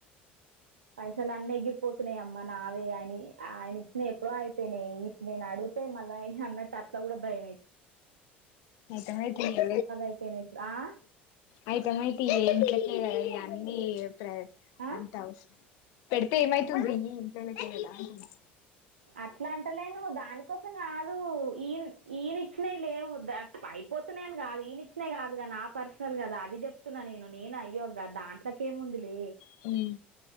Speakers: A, on the right; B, on the left.
A: పైసలు అన్నీ ఎగిరిపోతున్నాయి అమ్మ నావి ఆయన ఆయన ఇచ్చిన ఎప్పుడో అయిపోయినాయి ఇప్పుడు నేను అడుగు తే మల్ల అన్న అట్లా కూడా భయమ
B: అయితే మాయి తి ఇగ
A: అయిపోయినాయి ఇప్పుడు ఆ
B: అయితే మాయి తీ ఇగ ఇంట్లకే గదా నీ <unintelligible>
A: ఆ
B: అంత అవసర పెడితే ఏమైతుంది తియ్యి ఇంట్లోలకే కదా అంటున్న
A: అట్లా అంటలేను దానికోసం ఈయ ఈయన ఇచ్చినావి లేవు ద అయిపోతున్నాయని కాదు నేను ఇచ్చినయి కాదుగా నా పర్సనల్ కదా అది చెప్తున్నా నేను నేను అయ్యో దాంట్లోకేముంది లే
B: హుం